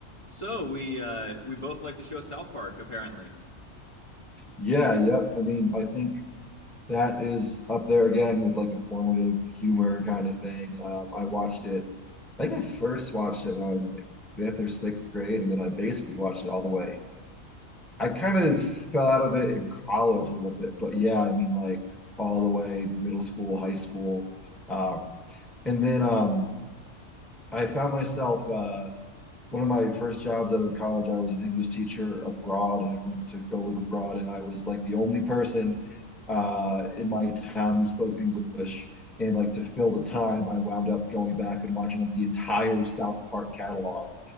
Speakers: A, on the left; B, in the centre.
A: So we uh we both like the show South Park, apparently.
B: Yeah, yep. I mean, I think that is up there again with like a formative humor kind of thing. Um, I watched it, I think I first watched it when I was in like fifth or sixth grade, and then I basically watched it all the way. I kind of fell out of it in college a little bit, but yeah, I mean, like all the way middle school, high school. Um, and then um, I found myself uh, one of my first jobs out of college, I was an English teacher abroad, and I went to go live abroad, and I was like the only person uh, in my town who spoke English. And like to fill the time, I wound up going back and watching like the entire South Park catalog